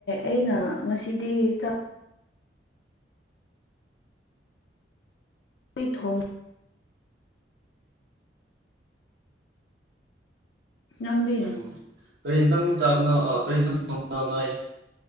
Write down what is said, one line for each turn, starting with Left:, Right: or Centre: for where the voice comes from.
Left: ꯑꯩꯅ ꯉꯁꯤꯗꯤ ꯆꯥꯛ <unintelligible> ꯊꯣꯡ ꯅꯪꯗꯤ
Right: ꯎꯝ ꯀꯔꯤ ꯏꯟꯁꯥꯡ ꯆꯥꯕꯅꯣ ꯑ ꯀꯔꯤ ꯢꯟꯁꯥꯡ ꯊꯣꯡꯕꯅꯣ ꯅꯣꯢ